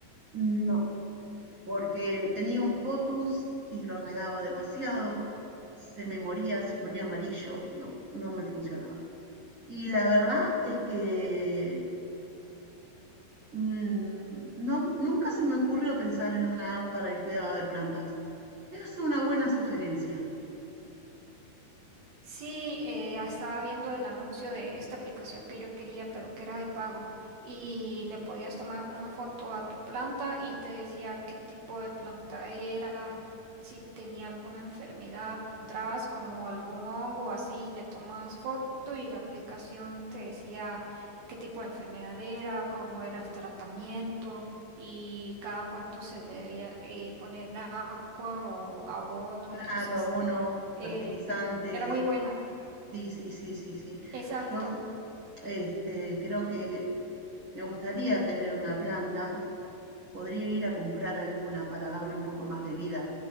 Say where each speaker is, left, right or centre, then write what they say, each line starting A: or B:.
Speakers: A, on the right; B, on the right.
A: No, porque tenía un potus y lo regaba demasiado, se me moría, se ponía amarillo, no, no me funcionaba. Y la verdad es que mm, no, nunca se me ocurrió pensar en una app para el cuidado de plantas. Es una buena sugerencia.
B: Sí, eh, estaba viendo el anuncio de esta aplicación que yo quería, pero que era de pago. Y le podías tomar una foto a tu planta y te decía qué tipo de planta era, si tenía alguna enfermedad. Encontrabas como algún hongo así, le tomas foto y la aplicación te decía qué tipo de enfermedad era, cómo era el tratamiento y cada cuánto se le debía eh, poner agua o abono.
A: Claro,
B: Entonces,
A: abono,
B: eh,
A: fertilizante,
B: era muy buena.
A: sí, sí, sí, sí, sí.
B: Exacto,
A: Yo, este, creo que me gustaría tener una planta Podría ir a comprar alguna para darle un poco más de vida